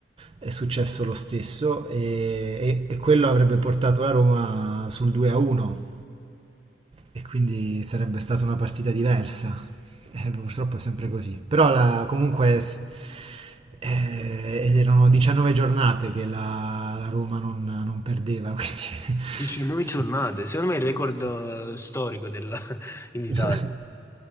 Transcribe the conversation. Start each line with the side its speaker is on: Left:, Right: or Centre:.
Right: è successo lo stesso e, e- e quello avrebbe portato la Roma sul 2-1 e quindi sarebbe stata una partita diversa. Eh, purtroppo è sempre così. Però la- comunque, s- eh, ed erano 19 giornate che la, la Roma non, non perdeva, quindi...
Left: 19
Right: <laughs> sì.
Left: giornate, secondo me è il record
Right: Sì.
Left: eh, storico della- <laughs> in Italia.
Right: <laughs>